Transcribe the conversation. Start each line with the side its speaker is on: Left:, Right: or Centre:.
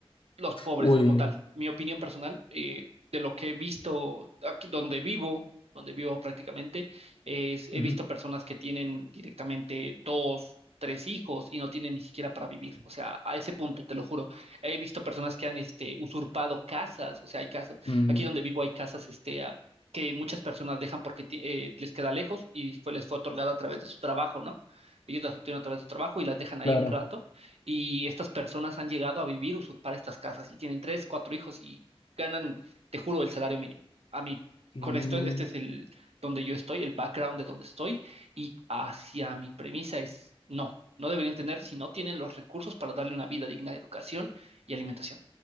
Right: los pobres
Left: Uy.
Right: como tal. Mi opinión personal, eh, de lo que he visto aquí donde vivo, donde vivo prácticamente, es he
Left: ujú,
Right: visto personas que tienen directamente dos, tres hijos y no tienen ni siquiera para vivir. O sea, a ese punto, te lo juro. He visto personas que han este, usurpado casas, o sea, hay casas,
Left: mm,
Right: aquí donde vivo hay casas este, a- que muchas personas dejan porque ti- eh, les queda lejos y fue, les fue otorgada a través de su trabajo, ¿no? Ellos las obtienen a través de su trabajo y las dejan ahí
Left: claro.
Right: un rato y estas personas han llegado a vivir, usurpar estas casas y tienen tres, cuatro hijos y ganan, te juro, el salario mínimo. A mí,
Left: Mm.
Right: con esto, este es el donde yo estoy, el background de donde estoy y hacia mi premisa es no, no deberían tener si no tienen los recursos para darle una vida digna de educación y alimentación.